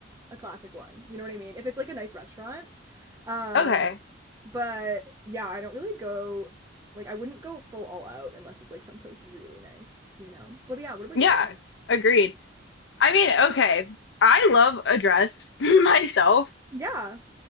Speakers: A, on the right (about 15°); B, on the left (about 65°).
A: a classic one. You know what I mean? If it's like a nice restaurant, um,
B: Okay.
A: but yeah, I don't really go like I wouldn't go full all out unless it's like someplace really nice, you know? But yeah, what about
B: Yeah,
A: you?
B: agreed. I mean, okay. I love a dress <laughs> myself
A: Yeah.